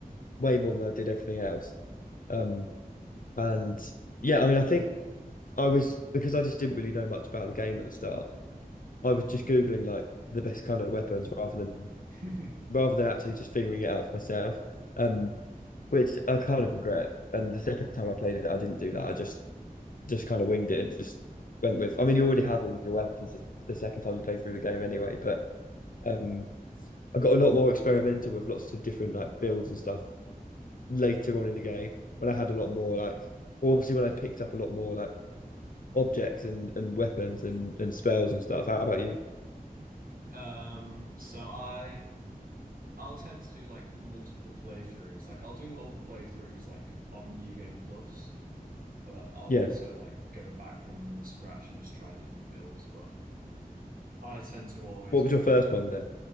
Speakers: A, on the left (about 65°); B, on the right (about 70°).
A: way more than I did everything else. Um, and yeah, I mean, I think I was because I just didn't really know much about the game at the start. I was just Googling like the best kind of weapons rather than
B: <laughs>
A: rather than actually just figuring it out for myself. Um, which I kind of regret. And the second time I played it, I didn't do that. I just just kind of winged it and just went with. I mean, you already have all of your weapons the, the second time you play through the game anyway, but um. I got a lot more experimental with lots of different like builds and stuff later on in the game when I had a lot more like obviously when I picked up a lot more like objects and and weapons and and spells and stuff. How about you?
B: Um, so I I'll tend to do like multiple playthroughs. Like I'll do multiple playthroughs like on New Game Plus, but I'll
A: Yeah.
B: also like go back from scratch and just try different builds. But I tend to always
A: What was
B: go
A: your first
B: f
A: one then?